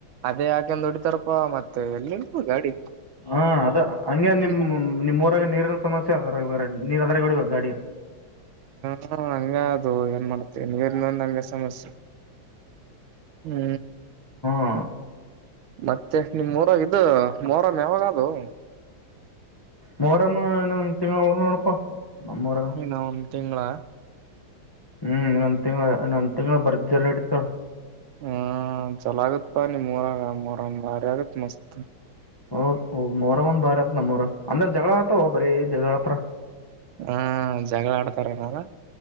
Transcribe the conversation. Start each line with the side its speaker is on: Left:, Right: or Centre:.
Right: ಅದೇ ಹಾಕಂದ್ ಹೊಡಿತಾರಪ್ಪ ಮತ್ತೆ ಮತ್ತೆ ಎಲ್ಲಿ ಇರಬೇಕು ಗಾಡಿ
Left: ಹಾ ಅದ ಹಂಗೆ
Right: ಹ್ಮ
Left: ನಿಮ್ ನಿಮ್ ಮೊದಲ ನೀರ ಸಮಸ್ಯೆ ಅದ ಬೇ ನೀರ್ ಅದ್ರ ಹೊಡಿ ಬೇಕ ಗಾಡಿ
Right: ಹಾ ಹಂಗ ಅದು ಏನ್ ಮಾಡ್ತವಿ ನೀರು ಇಲ್ಲ ಅಂದಾಗ ಸಮಸ್ಯೆ ಹು
Left: ಹಾ
Right: ಮತ್ತೆ ನಿಮ್ಮಊರಾಗ್ ಇದು ಮೊರ ಮ ಯಾವಾಗ ಅದು
Left: ಮೋರನ್ನು ಇನ್ನು ಒಂದ್ ತಿಂಗಳ ಉಳದವ್ ನೋಡಪಾ ನಮ್ಮೂರಾಗ
Right: ನಿನ್ನಂನೌನ್ ತಿಂಗಳ
Left: ಹುಇನ್ ಒಂದು ತಿಂಗಳ ಬರ್ಜರ್ ನಡೀತೇತಿನೊಡು
Right: ಹು ಚೊಲೊಅಗತ್ತ್ ಪಾ ನಿಮ್ಮ ಊರಾಗ ಮೊರಂ ಬಾರಿ ಆಗತ ಮಸ್ತ್.
Left: ಹೂ- ಹೂ ಮೊರವನ್ ಒಂದ್ ಬಾರಿ ಆತ್ ನಮ್ಮಊರಾಗ್ ಅಂದ್ರ ಜಗಳ ಆತ ಬರೀ ಜಗಳಾಡತಾರ
Right: ಹು ಜಗಳ ಆಡ್ತಾರ ನಲ್ಲಾ